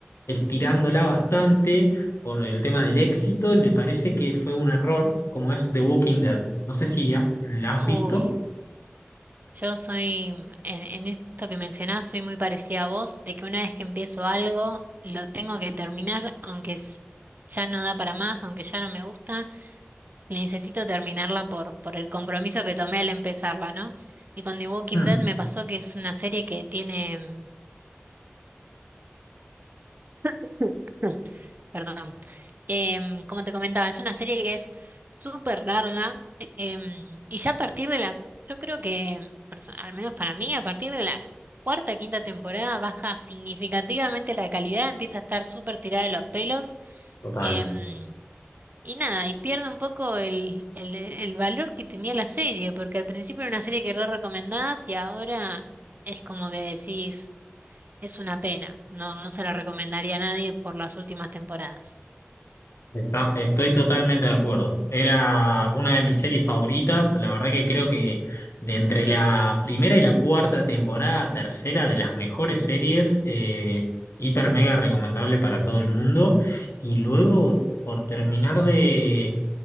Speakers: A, on the left; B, on the right.
A: estirándola bastante por el tema del éxito y me parece que fue un error, como es The Walking Dead. No sé si has- la has
B: Uy,
A: visto.
B: yo soy, mm, en, en esto que mencionás, soy muy parecida a vos, de que una vez que empiezo algo, lo tengo que terminar, aunque s- ya no da para más, aunque ya no me gusta, necesito terminarla por, por el compromiso que tomé al empezarla, ¿no? Y con The Walking
A: Mm,
B: Dead me pasó que es una serie que tiene... <clears throat> <laughs> perdón. Em, como te comentaba, es una serie que es súper larga em, y ya a partir de la, yo creo que, perso- al menos para mí, a partir de la cuarta, quinta temporada baja significativamente la calidad, empieza a estar súper tirada de los pelos
A: Total.
B: em, y nada, y pierde un poco el, el, el valor que tenía la serie, porque al principio era una serie que re recomendabas y ahora es como que decís, es una pena, no, no se la recomendaría a nadie por las últimas temporadas.
A: Está- estoy totalmente de acuerdo. Era una de mis series favoritas. La verdad que creo que de entre la primera y la cuarta temporada, tercera de las mejores series, eh, hiper mega recomendable para todo el mundo. Y luego, por terminar de,